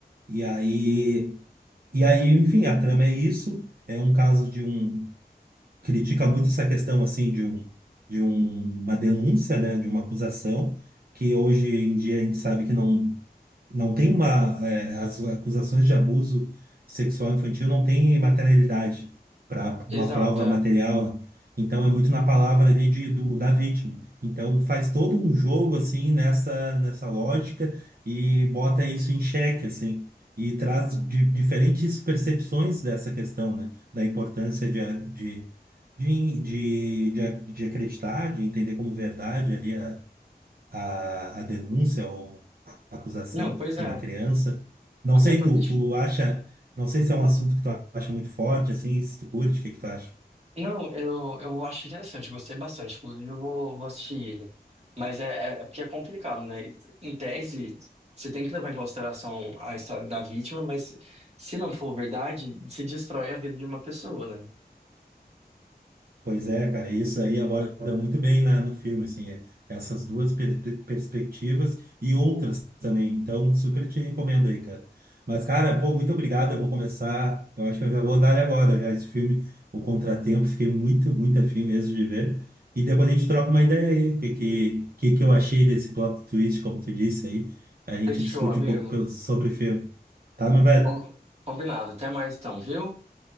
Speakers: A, on the right (about 60°); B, on the right (about 40°).
A: E aí, e aí, enfim, a trama é isso. É um caso de um. Critica muito essa questão, assim, de um, de um- uma denúncia, né, de uma acusação, que hoje em dia a gente sabe que não. Não tem uma. é, as acusações de abuso sexual infantil não tem materialidade para
B: Exato,
A: uma prova
B: é.
A: material, né? Então é muito na palavra ali de, do, da vítima. Então faz todo um jogo assim nessa, nessa lógica e bota isso em xeque, assim. E traz di- diferentes percepções dessa questão, né? Da importância de, a- de, de, de, de, a- de acreditar, de entender como verdade ali a, a denúncia ou a acusação
B: Não, pois é.
A: de uma criança. Não
B: Até
A: sei,
B: porque,
A: tu,
B: tipo,
A: tu acha, não sei se é um assunto que tu acha muito forte, assim, se tu curte, o que que tu acha?
B: Não, eu, eu acho interessante, eu gostei bastante. Inclusive, eu vou, vou assistir ele. Mas é, é, é porque é complicado, né? Em tese, você tem que levar em consideração a história da vítima, mas se não for verdade, se destrói a vida de uma pessoa, né?
A: Pois é, cara, isso aí aborda muito bem na, no filme, assim, é- essas duas per- perspectivas e outras também, então super te recomendo aí, cara. Mas, cara, pô, muito obrigado, eu vou começar, eu acho que eu já vou dar ele agora, já esse filme, O Contratempo, fiquei muito, muito afim mesmo de ver, e depois a gente troca uma ideia aí, o que que, que que eu achei desse plot twist, como tu disse aí, a gente
B: Fechou,
A: discute
B: amigo.
A: um pouco pelo- sobre o filme, tá, meu velho?
B: Com- Combinado. Até mais então, viu?